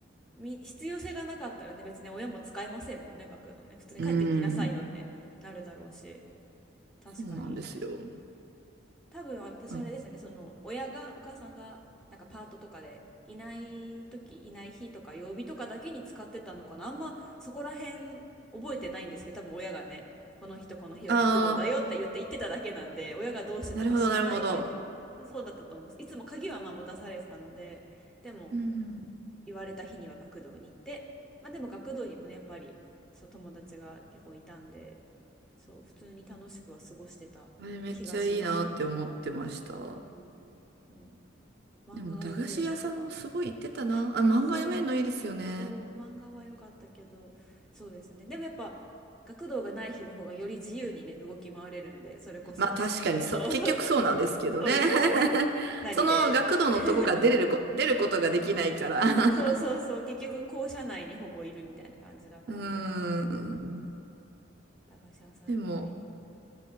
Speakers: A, in the centre; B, on the right (about 55°).
A: み、必要性がなかったらね、別に親も使えませんもんね、学童ね。普通に帰ってきなさいよってなるだろうし。
B: うん。
A: 確かに。
B: そうなんですよ。
A: 多分私あれですよね、
B: あ
A: その親が、お母さんがなんかパートとかでいない時、いない日とか曜日とかだけに使ってたのかな。あんまそこら辺覚えてないんですけど、多分親がね、この日とこの日は学童だよって言って言ってただけなんで、
B: あ
A: 親がどうしてたか知らないけど、
B: ー、なるほど、なるほど。
A: そうだったと思います。いつも鍵はまあ持たされてたので、でも
B: うんうんうん
A: 言われた日には学童に行って、まあでも学童にもね、やっぱりそう友達が結構いたんで、そう普通に楽しくは過ごしてた気がします。
B: あれめっちゃいいなって思ってました。
A: うん。うん、もう漫画が読めることが、
B: でも、駄菓子屋さんもすごい行ってたな。
A: あ、
B: あ、漫画読めるのいいですよね。
A: そう、そう、漫画は良かったけど、そうですね。でもやっぱ学童がない日の方がより自由にね、動き回れるんで、それこそ。
B: まあ確かにそう、
A: そうそうそう、
B: 結局そうなんですけどね。
A: そうです、
B: <laughs>
A: そうです。なりで。
B: その学童のとこから出れるこ、
A: <laughs>
B: 出ることができないから。<laughs>
A: そうそうそう、結局校舎内にほぼいるみたいな感じだったんで、
B: うーん。
A: 駄菓子屋さん行ったり。
B: でも、